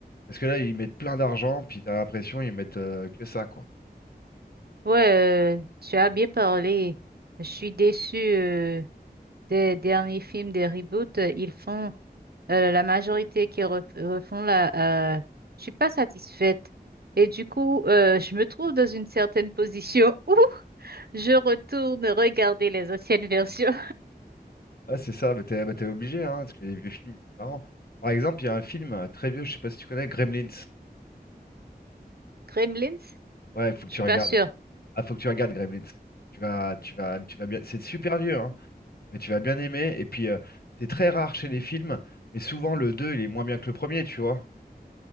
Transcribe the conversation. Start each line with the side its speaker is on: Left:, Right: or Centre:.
Left: Parce que là, ils mettent plein d'argent, puis t'as l'impression ils mettent euh, que ça, quoi.
Right: Ouais, euh, tu as bien parlé. Je suis déçue euh, des derniers films, des reboots. euh, Ils font euh, la majorité qui ref- refont la, euh, je suis pas satisfaite. Et du coup, euh, je me trouve dans une certaine position <laughs> où je retourne regarder les anciennes versions.
Left: Ah, c'est ça, bah t'es bah, t'es obligé, hein, parce que les vieux films, ils sont marrants. Par exemple, il y a un film euh, très vieux, je sais pas si tu connais, Gremlins.
Right: <laughs> Gremlins?
Left: Ouais, faut que
Right: Je
Left: tu
Right: suis
Left: regardes.
Right: pas sûre.
Left: Ah, faut que tu regardes Gremlins. Tu vas, tu vas, tu vas bien. C'est super vieux, hein, mais tu vas bien aimer. Et puis, euh, c'est très rare chez les films, mais souvent le 2 il est moins bien que le premier, tu vois.